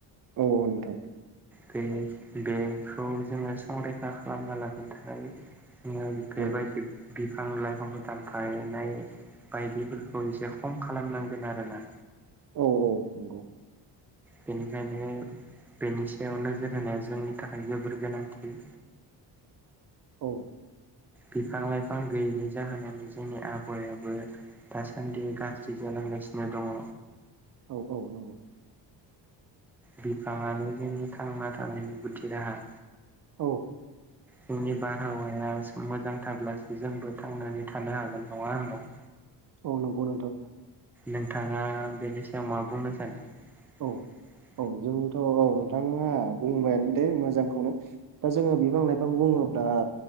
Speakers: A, on the right; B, in the centre.
A: औ औ नोंथां
B: बे बेखौ जोङो संरैखा खालामना लाखिनो थाखाय <unintelligible> बेबायदि
A: औ
B: बिफां लाइ फाखौ दानफायनाय बायदिफोरखौ एसे खम खालामनांगोन आरोना।
A: औ औ नंगौ।
B: बेनिखायनो बेनि सायाव नोजोर होनाया जोंनि थाखाय जोबोर गोनांथि।
A: औ
B: बिफां लाइफां गैयैनि जाहोनावनो जोंनि आबहायाबो दासान्दि गाज्रि जालांगासिनो दङ।
A: औ औ नंगौ।
B: बिफाङानो जोंनि थांना थानायनि गुदि राहा।
A: औ
B: जोंनि बारहावाया मोजां थाब्लासो जोंबो थांनानै थानो हागोन नङा होमबा?
A: औ नंगौ नोंथां।
B: नोंथाङा बेनि सायाव मा बुंनो सानो? <inaudible>
A: औ औ जोंथ' औ नोंथाङा बुंबायानो दे मोजांखौनो दा जोङो बिफां लाइफां बुङोब्ला